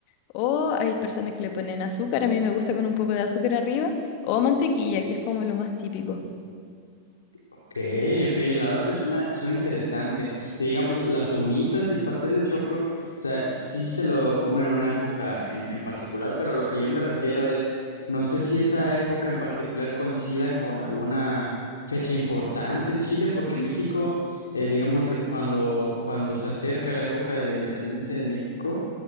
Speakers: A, on the left; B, on the left.
A: o hay personas que le ponen azúcar, a mí me gusta con un poco de azúcar arriba, o mantequilla, que es como lo más típico.
B: Ok, ok, la verdad es que suena, suena interesante. Y digamos, las humitas y el pastel de choclo, o sea, sí se lo comen en una época en, en particular, pero lo que yo me refiero es, no sé si esa época en particular coincida con alguna fecha importante en Chile, porque en México, eh, digamos, le- cuando, cuando se acerca la época de la independencia de México,